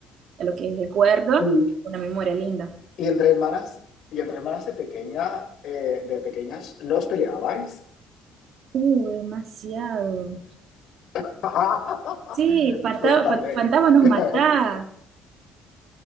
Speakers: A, on the right (about 50°); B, on the left (about 60°).
A: es lo que recuerdo,
B: Y,
A: una memoria linda.
B: y entre hermanas, y entre hermanas de pequeña, eh, de pequeñas, ¿no os peleabais?
A: Uh, demasiado.
B: <laughs>
A: Sí, Fanta-
B: Cuéntame.
A: Fa- Fantasma nos
B: <laughs>
A: mata.